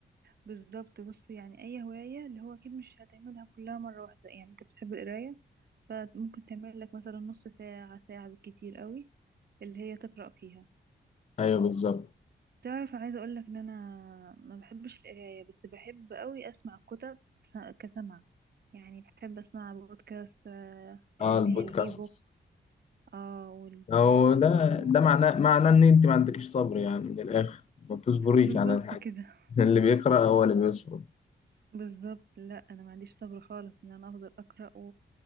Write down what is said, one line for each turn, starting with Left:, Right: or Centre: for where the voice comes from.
Right: بالظبط بص يعني اي هوايه اللي هو اكيد مش هتعملها كلها مره واحده يعني انت بتحب القرايه فممكن تعمل لك مثلا نص ساعه ساعه بالكتير قوي اللي هي تقرا فيها
Left: أيوه بالظبط
Right: تعرف عايزه اقول لك ان انا ما بحبش القرايه بس بحب قوي اسمع كتب س- كسمع يعني بحب اسمع بودكاست آه،
Left: أه
Right: اللي
Left: البودكاست
Right: هي الاي بوك اه وال
Left: أو ده
Right: و...
Left: ده معناه معناه إن أنت ما عندكش صبر يعني من الآخر ما بتصبريش
Right: بالظبط
Left: على الحاجة
Right: كده
Left: <laughs> اللي بيقرأ هو اللي بيصبر
Right: بالظبط لا انا ما عنديش صبر خالص ان انا افضل اقرا